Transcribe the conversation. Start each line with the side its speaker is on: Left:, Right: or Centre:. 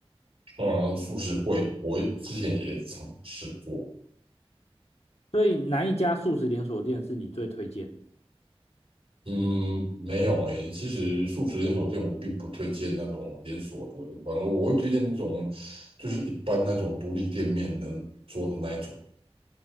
Right: 啊。素食会我之前也尝试过，
Left: 所以哪一家素食连锁店是你最推荐的
Right: 嗯，没有诶、其实素食连锁店我并不推荐那种连锁的，反而我会推荐那种就是一般那种独立店面能做的那一种，